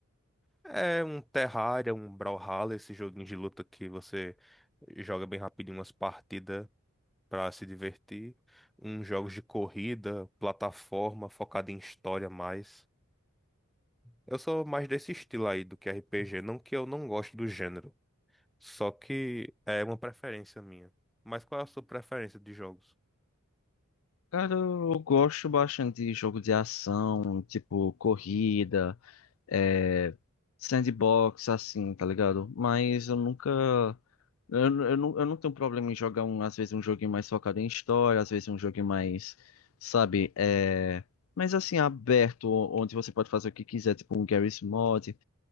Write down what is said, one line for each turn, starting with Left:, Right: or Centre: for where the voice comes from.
Centre: É um Terraria, um Brawlhalla, esse joguinho de luta que você joga bem rapidinho umas partidas pra se divertir. Uns jogos de corrida, plataforma, focado em história mais. Eu sou mais desse estilo aí do que RPG, não que eu não goste do gênero, só que é uma preferência minha. Mas qual é a sua preferência de jogos?
Left: Cara, eu gosto bastante de jogo de ação, tipo corrida, é, sandbox, assim, tá ligado? Mas eu nunca. Eu, eu, não, eu não tenho problema em jogar, um, às vezes, um joguinho mais focado em história, às vezes, um joguinho mais, sabe? É, mas assim, aberto, onde você pode fazer o que quiser, tipo um Garry's Mod.